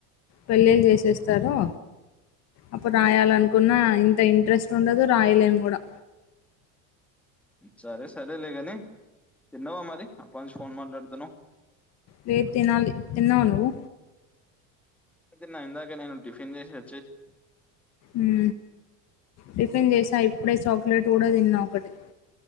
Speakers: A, on the left; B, in the centre.
A: పెళ్లే చేసేస్తారు అప్పుడు
B: ఉమ్,
A: రాయాల అనుకున్న ఇంత ఇంట్రెస్ట్ ఉండదు రాయలేం కూడా
B: సరే సరే లేగాని తిన్నావా మరి అప్పటి నుంచి ఫోన్ మాట్లాడుతున్నావ్
A: లేదు తినాలి తిన్నవా నువ్వు
B: తిన్న ఇందాకే నేను టిఫిన్ చేసే
A: ఉం టిఫిన్ చేసా ఇప్పుడే చాక్లెట్ కూడా తిన్నా ఒకటి